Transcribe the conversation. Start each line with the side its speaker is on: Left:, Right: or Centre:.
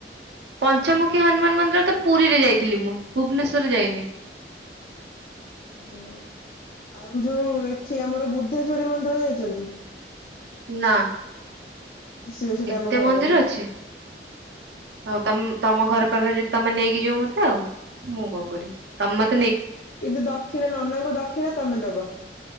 Right: ପଞ୍ଚମୁଖୀ ହନୁମାନ ମନ୍ଦିର ତ ପୁରୀରେ ଯାଇଥିଲି ମୁଁ ଭୁବନେଶ୍ୱରରେ ଯାଇନି।
Left: ଓ ଆଉ ଯୋଉ ଏଠି ଆମର ବୁଦ୍ଧେଶ୍ଵରୀ ମନ୍ଦିର ଯାଇଚନ୍ତି?
Right: ନା
Left: ଆସିବେ ସେଇଟା
Right: ଏତେ
Left: ଆମ ଘର
Right: ମନ୍ଦିର
Left: ପାଖରେ
Right: ଅଛି। ହୋଉ ତମ ତମ ଘର ପାଖରେ ଯଦି ତମେ ନେଇକି ଯିବ ମତେ ଆଉ ମୁଁ କଣ କରିବି ତମେ ମତ
Left: କିନ୍ତୁ ଦକ୍ଷିଣା ନନାଙ୍କୁ ଦକ୍ଷିଣା ତମେ ଦବ